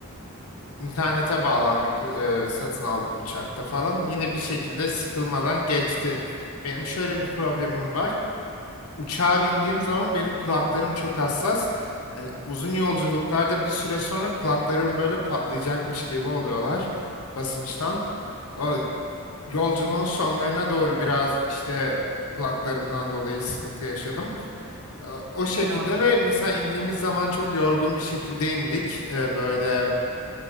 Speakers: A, on the left; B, on the right.
A: e, internete bağlandık, e, satın aldık uçakta falan. Yine bir şekilde sıkılmadan geçti. Benim şöyle bir problemim var uçağa bindiğim zaman benim kulaklarım çok hassas. Hani uzun yolculuklarda bir süre sonra kulaklarım böyle patlayacakmış gibi oluyorlar basınçtan. O yolculuğun sonlarına doğru biraz işte kulaklarımdan dolayı sıkıntı yaşadım. E, O şekilde
B: Ya
A: ve
B: çok
A: mesela
B: kötü.
A: indiğimiz zaman çok yorgun bir şekilde indik. E, Böyle